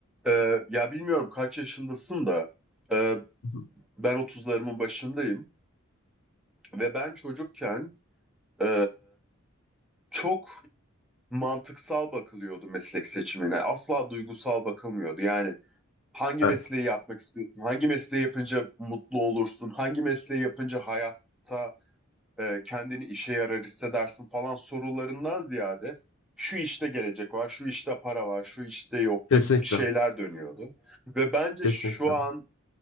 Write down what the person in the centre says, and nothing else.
Ee, ya bilmiyorum kaç yaşındasın da e,
ben otuzlarımın başındayım ve ben çocukken e, çok mantıksal bakılıyordu meslek seçimine. Asla duygusal bakılmıyordu. Yani hangi
mesleği yapmak istiyorsun? Hangi mesleği yapınca mutlu olursun? Hangi mesleği yapınca hayatta e, kendini işe yarar hissedersin falan sorularından ziyade şu işte gelecek var, şu işte para var, şu işte yok
gibi bir şeyler dönüyordu. Ve bence
şu an